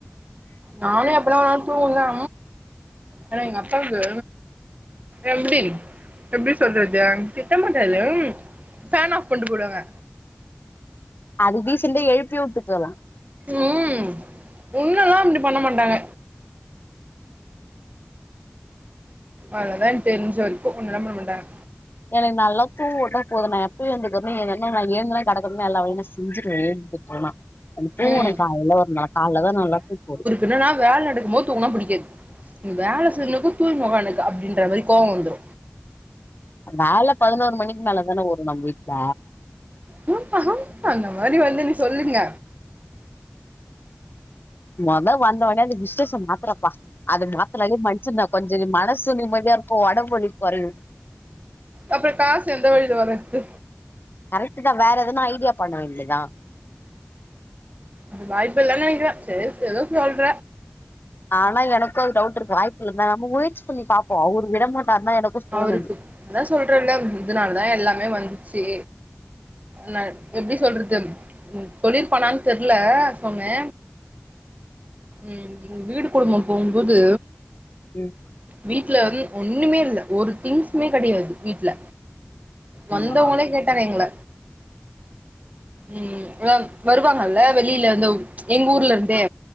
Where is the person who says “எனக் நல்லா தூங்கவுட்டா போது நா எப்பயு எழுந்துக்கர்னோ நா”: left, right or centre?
Left